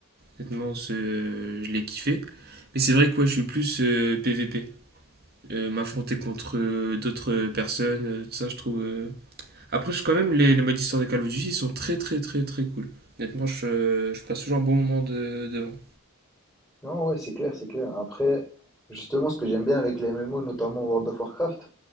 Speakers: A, on the right; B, in the centre.
A: Honnêtement, c'est- je l'ai kiffé. Mais c'est vrai que ouais, je suis plus euh, PvP. Euh, M'affronter contre euh, d'autres personnes, euh, tout ça, je trouve. euh. Après, je, quand même, les, les modes histoire de Call of Duty, ils sont très très très très cool. Honnêtement, je, je passe toujours un bon moment de, devant.
B: Non, ouais, c'est clair, c'est clair. Après, justement, ce que j'aime bien avec les MMO, notamment World of Warcraft,